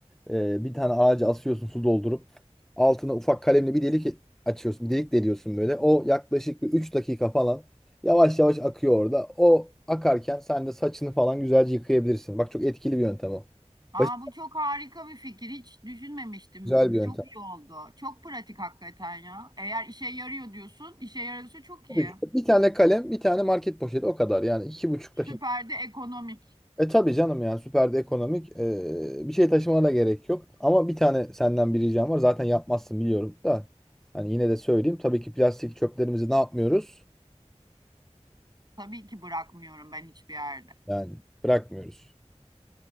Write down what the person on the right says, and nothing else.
Aa,
bu çok harika bir fikir. Hiç düşünmemiştim.
Çok iyi oldu. Çok pratik hakikaten ya. Eğer işe yarıyor diyorsun, işe yarıyorsa çok
iyi.
Süper de ekonomik.
Tabii ki bırakmıyorum ben hiçbir yerde.